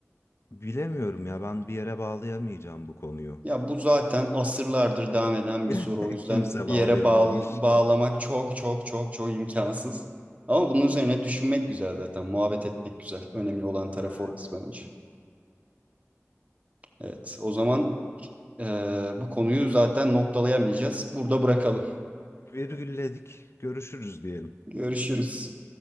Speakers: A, on the left; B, on the right.
A: Bilemiyorum ya ben bir yere bağlayamayacağım bu konuyu.
B: Ya bu zaten asırlardır devam eden
A: <laughs>
B: bir soru. O yüzden
A: Kimse
B: bir
A: bağlayamamış.
B: yere bağ- bağlamak çok çok çok çok imkansız. Ama bunun üzerine düşünmek güzel zaten. Muhabbet etmek güzel. Önemli olan tarafı
A: Evet.
B: orası bence. Evet, o zaman e, bu konuyu zaten noktalayamayacağız. Burada bırakalım.
A: Virgülledik. Görüşürüz diyelim.
B: <laughs> Görüşürüz.